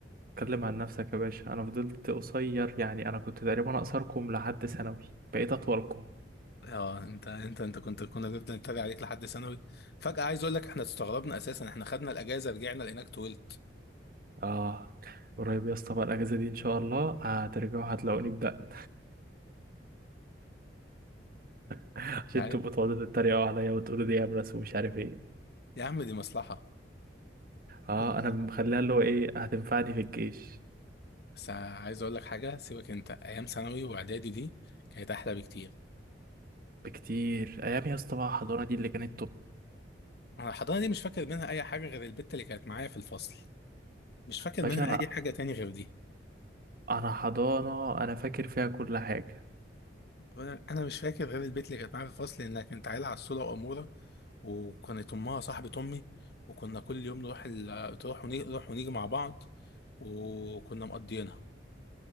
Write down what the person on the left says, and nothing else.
اه انت انت انت كنت كنا بنفضل نتريق عليك لحد ثانوي فجأة عايز اقول لك احنا استغربنا اساسا احنا خدنا الاجازة رجعنا لقيناك طولت
يعني-
يا عم دي مصلحة
<laughs>
بس عايز اقول لك حاجة سيبك انت ايام ثانوي واعدادي دي كانت احلى بكتير
انا الحضانة دي مش فاكر منها اي حاجة غير البت اللي كانت معايا في الفصل مش فاكر
منها <laughs> اي حاجة تاني غير دي
انا أنا مش فاكر غير البت اللي كانت معايا في الفصل انها كانت عيلة عسولة وامورة وكانت امها صاحبة امي وكنا كل يوم نروح ال... تروح ونيجي نروح ونيجي مع بعض وكنا مقضيينها